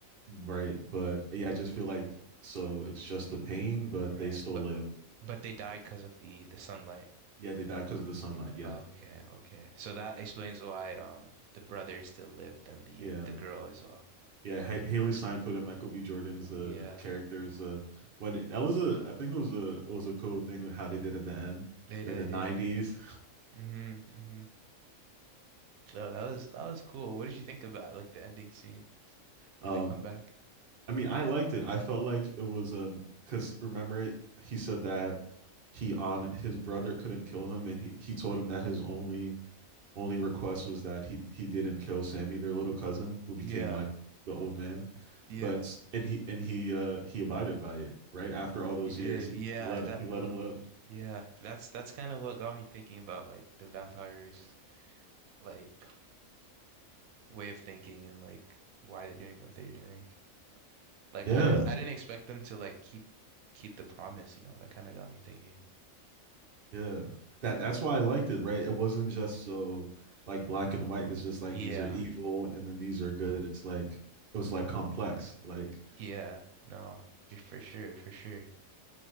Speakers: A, on the right; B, on the right.
A: Right. But yeah, I just feel like so it's just the pain, but
B: Right.
A: they still
B: But
A: lived.
B: but they died because of the the sunlight.
A: Yeah, they died because of the sunlight. Yeah.
B: Okay, okay. So that explains why um the brother still lived and the
A: Yeah.
B: the girl as well.
A: Yeah. Ha- Haley Steinfeld and Michael B. Jordan's
B: Yeah,
A: uh, characters. Uh, when it, that was a, I think it was a, it was a cool thing with how they did at the end.
B: they
A: We're
B: did,
A: in the '90s.
B: yeah. hmm hmm So that was that was cool. What did you think about like the ending scene
A: <laughs>
B: where
A: um,
B: they come back?
A: I mean, I liked it. I felt like it was um, because remember he said that he on his brother couldn't kill him, and he he told him that his only Only request was that he he didn't kill Sammy, their little cousin, who became
B: Yeah,
A: like the old man.
B: yeah.
A: But and he and he uh he abided by it, right? After all those
B: You did.
A: years, he,
B: Yeah,
A: he let
B: that
A: he let him live.
B: yeah, that's that's kind of what got me thinking about like the vampires like way of thinking and like why they're doing what they're doing. Like
A: Yeah.
B: I didn't I didn't expect them to like keep keep the promise, you know. That kind of got me thinking.
A: Yeah. That that's why I liked it, right? It wasn't just so like black and white. It's just like
B: Yeah,
A: these are evil and then these are good. It's like it was like complex. Like
B: Yeah, no, f- for sure, for sure.